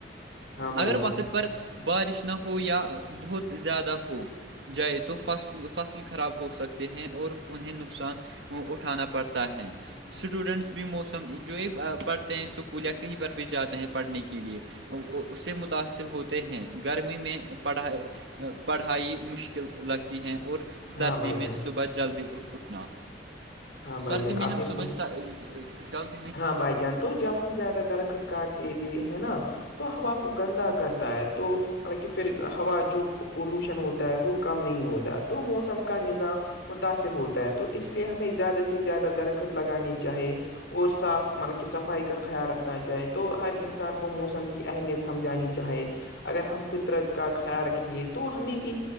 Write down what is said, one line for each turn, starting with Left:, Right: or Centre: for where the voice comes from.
Left: ہاں بھائی
Right: اگر
Left: جان
Right: وقت پر بارش نہ ہو یا بہت زیادہ ہو جائے تو فصل فصل خراب ہو سکتے ہیں اور انہیں نقصان اٹھانا پڑتا ہے اسٹوڈنٹس بھی موسم جو یہ پڑھتے ہیں اسکول یا کہیں پر بھی جاتے ہیں پڑھنے کے لیے اس سے متاثر ہوتے ہیں گرمی میں پڑھائی پڑھائی مشکل لگتی ہیں اور
Left: ہاں
Right: سردی
Left: بھائی جان
Right: میں صبح جلدی اٹھنا
Left: ہاں بھائی
Right: سردی
Left: جان
Right: میں
Left: آپ
Right: ہم
Left: نے
Right: صب
Left: بہت
Right: جلد <unintelligible>
Left: ہاں بائی جان تو جب ہم زیادہ درخت کاٹ دیےتے ہیں نا تو ہوا کو گندا کرتا ہے تو مطلب کہ پھر ہوا جو پولوشن ہوتا ہے وہ کم نہیں ہوتا ہے تو موسم کا نظام متاثر ہوتا ہے تو اس لیے ہمیں زیادہ سے زیادہ درخت لگانی چاہے اور صاف مطلب کہ صفائی کا خیال رکھنا چاہے تو ہر انسان کو موسم کی اہمیت سمجھانی چاہیے اگر ہم فطرت کا خیال رکھیں گے تو ہمیں بھی